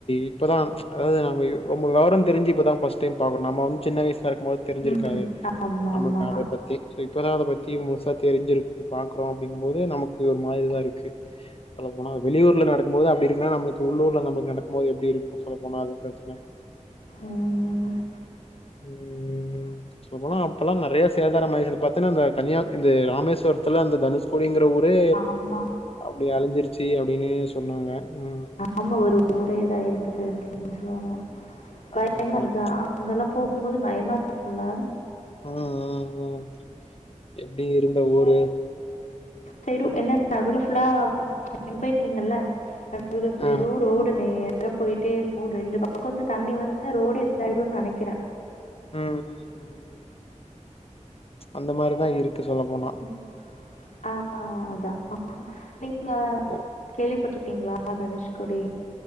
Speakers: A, on the left; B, on the left.
A: இப்பதா அதாவது நம்ம ரொம்ப வெவர தெரிஞ்சு இப்பதா ஃபஸ்ட் டைம் பாக்குறோ நம்மோ வந் து சின்ன வயசா இருக்கும் போது தெரிஞ்சிருக்காது
B: ம். ஆமாமா.
A: நமக்கு அத பத்தி இப்பதா அத பத் தி முழுசா தெரிஞ்சிருக்கு பாக்குறோ அப்படிங்கும்போது நமக்கு ஒரு மாரிதாருக்கு சொல்ல போனா வெளியூர்ல நடக்கும் போது அப்படி இருக்குன்னா நம்மளுக்கு உள்ளூர்ல நம்ம நடக்கும் போது எப்டி இருக்கு சொல்ல போனா அது பிரச்சன
B: ம்.
A: ம் சொல்லபோனா அப்பெல்லா நெறைய சேதாரம் ஆயிருக்கு பாத்தனா இந்த கன்னியா இந்த ராமேஸ்வரத்துல அந்த தனுஷ்கோடிங்குற ற ஊரே
B: ஆமா.
A: அப்டி அழிஞ்சிருச்சு அப்டின்னு சொன்னாங்க உம்
B: ஆமா ஒரு ஊரே இதா இருக்குது அப்டின்னு சொல்வாங்க பயமா
A: அதான் அதான்.
B: இருக்கு அங்கெல்லாம் போகும்போது பயமா இருக்கும்ல
A: ம் ம் ம் எப்டி இருந்த ஊரு
B: சைடு என்ன நடுவுல ஃபுல்லா நீங்க போயிருக்கீங்கல்ல நடுவுல வெறும்
A: ஆ
B: ரோடு நே ரா போயிட்டே இருக்கு ரெண்டு பக்கம் வந்து தண்ணி வந்து ரோடே இது ஆயிடும்னு நெனைக்கிற
A: ம் ம் ம் ம் அந்த மாரிதா இருக்கு சொல்ல போனா
B: ம். ஆ அதா நீங்க
A: ஓ
B: கேள்விப்பட்டிரு க்கிங்களா தனுஷ்கோடி